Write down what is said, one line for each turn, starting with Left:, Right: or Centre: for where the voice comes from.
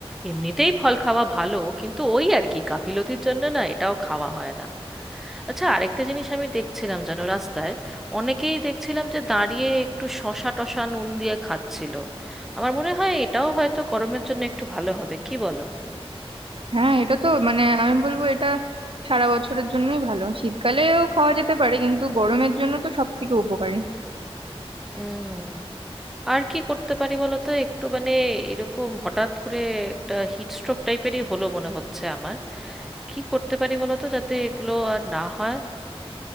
Centre: এমনিতেই ফল খাওয়া ভালো কিন্তু ওই আর কি গাফিলতির জন্য না এটাও খাওয়া হয় না আচ্ছা আরেকটা জিনিস আমি দেখছিলাম জানো রাস্তায় অনেকেই দেখছিলাম যে দাঁড়িয়ে একটু শশা টশা নুন দিয়ে খাচ্ছিল আমার মনে হয় এটাও হয়তো গরমের জন্য একটু ভালো হবে কি বলো
Right: হ্যাঁ এটা তো মানে আমি বলবো এটা সারা বছরের জন্যই ভালো শীতকালেও খাওয়া যেতে পারে কিন্তু গরমের জন্য তো সব থেকে উপকারী
Centre: উম আর কি করতে পারি বলো তো একটু মানে এরকম হঠাৎ করে একটা হিট স্ট্রোক টাইপেরই হলো মনে হচ্ছে আমার কি করতে পারি বলো তো যাতে এগুলো আর না হয়